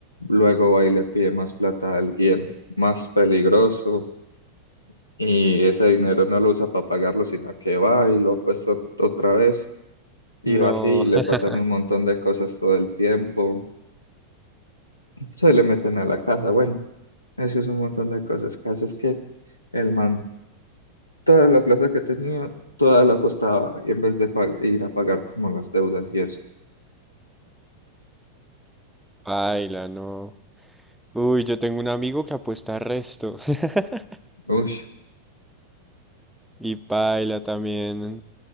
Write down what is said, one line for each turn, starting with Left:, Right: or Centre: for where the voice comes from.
Left: luego va y le pide más plata a alguien más peligroso. Y ese dinero no lo usa para pagarlo, sino que va y lo apuesta otra vez Y
Centre: no,
Left: va así, y le
Centre: <laughs>
Left: pasan un montón de cosas todo el tiempo. Se le meten a la casa. Bueno, eso es un montón de cosas. Caso es que el man, toda la plata que tenía, toda la apostaba y en vez de pa- ir a pagar como las deudas y eso.
Centre: paila, no. Uy, yo tengo un amigo que apuesta resto. <laughs>
Left: Uy,
Centre: Y paila también.